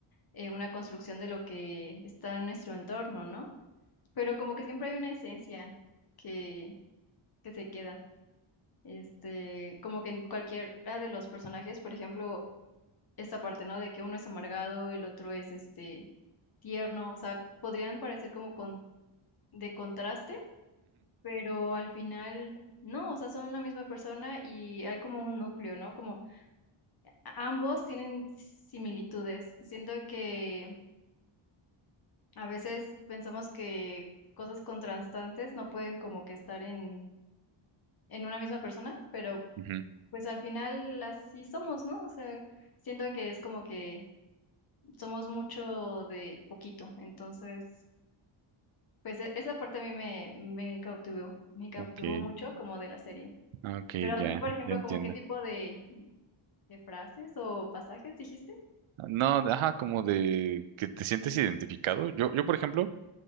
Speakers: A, on the left (about 45°); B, on the right (about 70°).
A: eh, una construcción de lo que está en nuestro entorno, ¿no? Pero como que siempre hay una esencia que, que se queda. Este, como que en cualquiera de los personajes, por ejemplo, esta parte, ¿no? De que uno es amargado, el otro es este tierno, o sea, podrían parecer como con, de contraste, pero al final no, o sea, son una misma persona y hay como un núcleo, ¿no? Como a- ambos tienen similitudes. Siento que a veces pensamos que cosas contrastantes no pueden como que estar en en una misma persona, pero
B: Ujú,
A: pues al final así somos, ¿no? O sea, siento que es como que somos mucho de poquito, entonces, pues e- esa parte a mí me, me cautivó, me cautivó
B: Ok,
A: mucho como de la serie.
B: ah, ok,
A: Pero a
B: ya,
A: ti, por ejemplo,
B: ya entiendo.
A: como qué tipo de, de frases o pasajes dijiste?
B: No, de- ajá, como de que te sientes identificado. Yo, yo, por ejemplo,